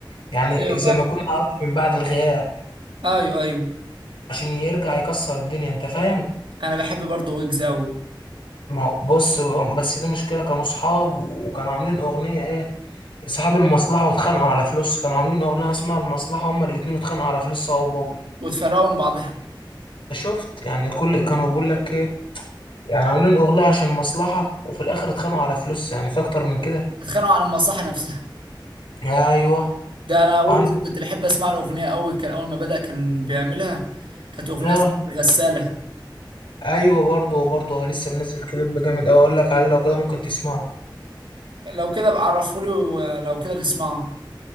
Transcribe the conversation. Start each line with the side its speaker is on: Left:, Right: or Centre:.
Left: يعني
Right: ايوه فاهم
Left: زي ما يكون عودة من بعد الغياب
Right: ايوه ايوه
Left: عشان يرجع يكسر الدنيا انت فاهم
Right: انا بحب برضه ويجز قوي
Left: ما هو بص بس دي مشكلة كانوا صحاب وكانوا عاملين أغنية ايه اصحاب المصلحه واتخانقوا على فلوس كانوا عاملين اغنيه اسمها المصلحه هما الاتنين اتخانقوا على فلوس هو وبابلو
Right: واتفرقوا من بعضها
Left: شفت يعني كل كانوا بيقول لك ايه يعني عاملين اغنيه عشان مصلحه وفي الاخر اتخانقوا على فلوس يعني في اكتر من كده
Right: اتخانقوا على المصاحه نفسها
Left: ايوه
Right: ده انا ويجز
Left: وعن
Right: كنت بحب اسمع له اغنيه قوي كان اول ما بدأ كان بيعملها كانت اغنيه
Left: آه،
Right: اسمها غساله
Left: ايوه برضه وبرضه لسه منزل كليب جامد اوي اقول لك عليه لو كده ممكن تسمعه
Right: لو كده ابقى عرفولي ولو كده نسمعه